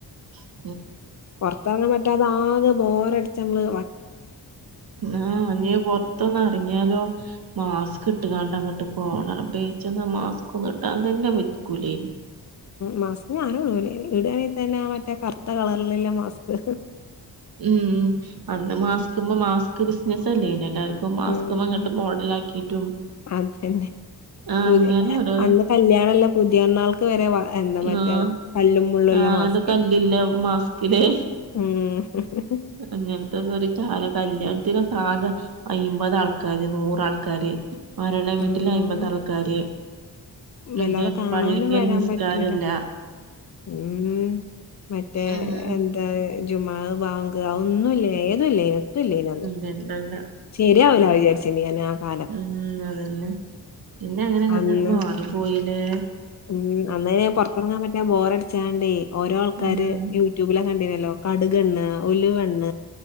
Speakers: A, on the right; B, on the left.
A: ഉ
B: പൊർത്തെർങ്ങാൻ പറ്റാതെ ആകെ ബോറട്ച്ച് മ്മള് വ
A: ആഹ് ഞ് പൊറത്തൊന്ന് എറിങ്ങിയാലോ മാസ്ക് ട്ട്കാണ്ട് അങ്ങട്ട് പോണറബ്ബേ ഇച്ചൊന്നു ആ മാസ്ക് ഒന്നും ഇടാൻതന്നെ വെയ്ക്കൂലേനി
B: മാസ്ക് ഞാനും ഇടൂലേനി ഇടാണെതന്നെ ആ മറ്റേ കർത്തകളർല്ല്ലമാസ്ക്
A: ഉം അന്ന് മാസ്ക്മ്മ മാസ്ക് ബിസിനസ് അല്ലേനി എല്ലാ ക്കും മാസ്ക്മ്മങ്ങട്ട്
B: ഉം
A: മോഡലാക്കിട്ടും
B: അതന്നെ
A: ആഹ്
B: പുതിയ
A: അങ്ങനെ ഓരോരോ
B: അന്ന് കല്യാണല്ല പുതിയന്നാൾക്ക് വരെ വ എന്താ മറ്റേ
A: ആഹ്
B: കല്ലും മുള്ളുള്ള
A: ആഹ്
B: മാസ്കേന്
A: അത് കല്ലില്ല മാസ്ക്ക്ലേ
B: ഉം
A: അങ്ങൻത്തെക്കൊരു കാല കല്യാണ്ത്തിനൊക്കെ ആകെ അയ്‌മ്പതാൾക്കാര് നൂറാൾക്കാര് മരണ വീട്ടില്
B: ആഹ്
A: അയ്‌മ്പതാൾക്കാര്
B: വല്ലാതെ
A: അതെ
B: കാണാനും
A: പള്ളിക്കൽ
B: വരാൻ
A: നിസ്കാരല്ല
B: പറ്റൂല ഉം മറ്റേ
A: ഉം
B: എന്താ ജുമഹ്ബാങ്ക് അഒന്നുല്ലേ ഏതുല്ലെനി എത്തുല്ലേനി അന്ന്
A: രണ്ടല്ല
B: ശരി ആവൂല വിചാര്ചീനി എനാകാലം
A: ഉം അതന്നെ പിന്നെ അങ്ങനെ
B: അന്ന്
A: അങ്ങന മാറി പോയില്ലേ
B: ഉം അന്നേന് പൊറത്തെറങ്ങാൻ പറ്റാ ബോറടിച്ചാണ്ടേ ഓരോ ആൾക്കാര്
A: ഉം
B: യൂ ട്യൂബില കണ്ടീനല്ലോ കടുകെണ്ണ ഉലുവെണ്ണ